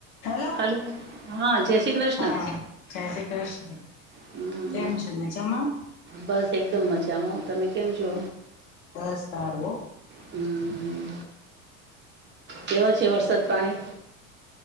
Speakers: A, on the left; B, on the right.
A: Hello
B: hello, હા જય શ્રી ક્રષ
A: હા જય શ્રી ક્રષ્ણ
B: હમ,
A: કેમ છે મજામાં?
B: બસ એકદમ મજામાં. તમે કેમ છો?
A: બસ સારું હો.
B: હમ કેવા છે વરસાદ પાણી.